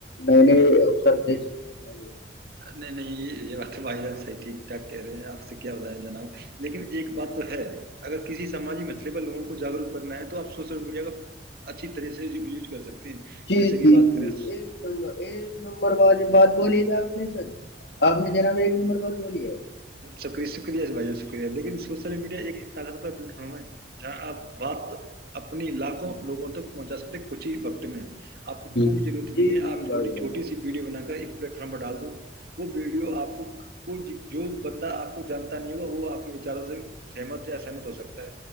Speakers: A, on the left; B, on the right.
A: نئے نئے اوسر دیکھ سکتے ہیں وہ <unintelligible>
B: نہیں نہیں یہ یہ بات بھائی جان صحیح ٹھیک ٹھاک کہہ رہے ہیں آپ سے کیا بتائیں جناب لیکن ایک بات تو ہے اگر کسی سماجی مچئلے پر لوگوں کو جاگروک کرنا ہے تو آپ سوشل میڈیا کا اچھی طرح سے یوز کر سکتے ہیں
A: جی
B: جیسے کہ
A: جی
B: بات
A: جی
B: کریں
A: ایک نمبر ایک نمبر والی بات بولی آپ نے سر <unintelligible> <inaudible> <unintelligible> آپ نے جناب ایک نمبر بات بولی ہے
B: شری شکریہ بھائی ج شکریہ لیکن سوشل میڈیا ایک طاقتور پلیٹ فارم ہے جہاں آپ بات اپنی لاکھوں لوگوں تک پہنچا سکتے کچھ ہی وقت میں آ کوئی
A: جی
B: ضرورت نہیں
A: جی جی
B: ہےپ
A: بھائی
B: چھوٹی
A: جناب
B: چھٹی سی ویڈیو بنا کر ایک پلیٹ فارم پر ڈال دوں وہ ویڈیو آپ کو کوئی جو بندہ آپ کو جانتا نہیں ہوگا وہ آپ کے وچاروں سے سہمت یا ا سہمت ہو سکتا ہے